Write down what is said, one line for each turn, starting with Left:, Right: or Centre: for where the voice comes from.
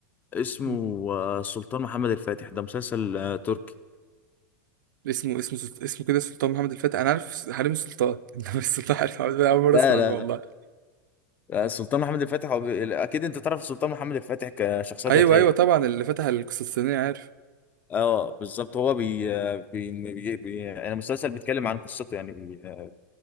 Left: اسمه
Right: مم.
Left: آه، السلطان محمد الفاتح ده مسلسل آه، تركي
Right: اسمه اسمه سلط- اسمه كده سلطان محمد الفاتح انا عارف س- حريم السلطان <laughs> انما السلطان عارف محمد الفاتح اول مره
Left: لا
Right: اسمع عنه
Left: لا لا
Right: والله
Left: آه، السلطان محمد الفاتح هو بي... اكيد انت تعرف السلطان محمد الفاتح كشخصية
Right: ايوه
Left: تاريخية
Right: ايوه طبعا اللي فتح القسطنطينيه عارف
Left: اه بالظبط هو بي... آه، بي... بي... بي... انا مسلسل بيتكلم عن قصته يعني بي... آه،